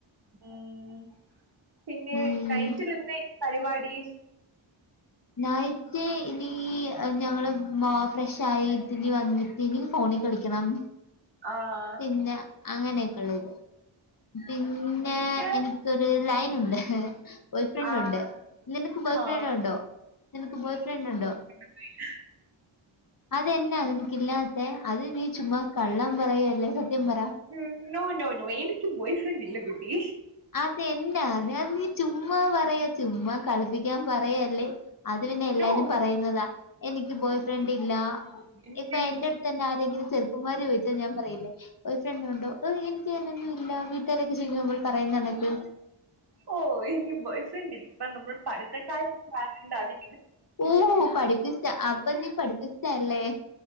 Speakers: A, on the right; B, on the left.
A: ഉം പിന്നെ
B: ഉം
A: നൈറ്റില് എന്തേ പരിപാടി
B: നൈറ്റ് ഇനി ഞങ്ങള് ഫ്രഷ ആയിട്ട ഇനി വന്നിട്ട് ഇനി ഫോണിൽ കളിക്കണം
A: ആഹ്
B: പിന്നെ അങ്ങനെയൊക്കെയള്ളത് പിന്നെ
A: നിനക്ക്
B: എനി എന്നിക്കൊരു ലൈൻ ഉണ്ട് ബോയ് ഫ്രണ്ട്
A: ആഹ്
B: ഉണ്ട് നിനക്ക് ബോയ്
A: ആഹ്
B: ഫ്രണ്ട് ഉണ്ടോ നിനക്ക് ബോയ് ഫ്രണ്ട് ഉണ്ടോ.
A: ഉല്ല
B: അതെന്നാ നിനിക്കില്ലാത്തെ അത് നീ ചുമ്മാ കള്ളം പറയല്ലേ സത്യം പറയാ
A: മ് നോ നോ നോ എനിക്ക് ബോയ് ഫ്രണ്ട് ഇല്ല കുട്ടി
B: അതെന്നാ നീ ചുമ്മാ പറയാ ചുമ്മാ കളിപ്പിക്കാൻ പറയാല്ലേ. അത് പിന്നെ എല്ലാരും
A: നോ
B: പറയുന്നതാ എനിക്ക് ബോയ് ഫ്രണ്ട് ഇല്ല
A: എനിക്ക്
B: ഇപ്പ എന്റെട്തന്നെ ആരെങ്കിലും ചെർ കുമാരി ചോയിച്ചാ ഞാൻ പറയില്ലേ ബോയ്ഫ്രെഡുണ്ടോ ഓ എന്നിക്ക അങ്ങനൊനില്ല വീടാരോക്കെ ച്ചോയ്ക്കുമ്പോ പറയുന്നൊന്നക്ക്
A: ഓ എനിക്ക് ബോയ് ഫ്രണ്ടില്ല ഇപ്പനമ്മള് പഠിത്തക്കാരി ആയോണ്ട് അതി
B: ഓഹ് പഠിപ്പിസ്റ്റാ അപ്പം നീ പഠിപ്പിസ്റ്റാല്ലേ.